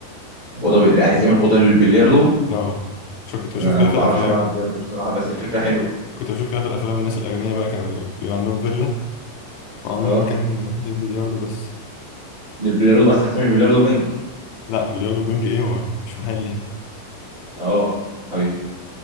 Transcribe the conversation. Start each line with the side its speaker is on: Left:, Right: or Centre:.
Right: اوضه ب- عايز تعمل اوضه للبلياردو
Left: اه شو كنت
Right: انا
Left: بشوف كده
Right: ما
Left: في
Right: بعرفش
Left: الافلام
Right: العب بلياردو بصراحه بس الفكره حلوه
Left: كنت بشوف كده في الافلام الناس الاغنياء بقى كانوا بيبقى عندهم فيلا وعاملين
Right: اه
Left: مكان للبلياردو بس
Right: للبلياردو بس هتعمل بلياردو بينج
Left: لا بلياردو بينج ايه هو مش محل يعني
Right: اه حبيبي